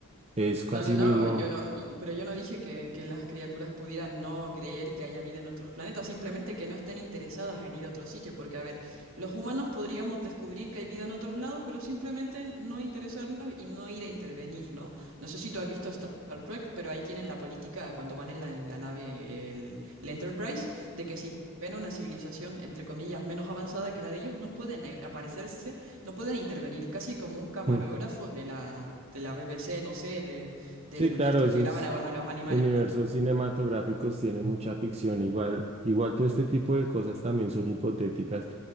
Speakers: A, on the right; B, on the right.
A: Es casi
B: No, no, no,
A: mismo.
B: yo no,
A: <laughs>
B: y- pero yo no dije que, que las criaturas pudieran no creer que haya vida en otros planetas, simplemente que no estén interesadas en ir a otro sitio, porque a ver, los humanos podríamos descubrir que hay vida en otros lados, pero simplemente no interesarnos y no ir a intervenir, ¿no? No sé si tú has visto Star Trek, pero ahí tienen la política cuando van en la, en la nave, el, el Enterprise, de que si ven una civilización, entre comillas, menos avanzada que la de ellos, no pueden eh, aparecerse, no pueden intervenir, casi como un camarógrafo
A: Mm.
B: de la, de la BBC, no sé, de del,
A: Sí, claro,
B: de estos
A: esos
B: que graban a, a los animales,
A: universos
B: ¿no?
A: cinematográficos tienen mucha ficción igual. Igual todo este tipo de cosas también son hipotéticas.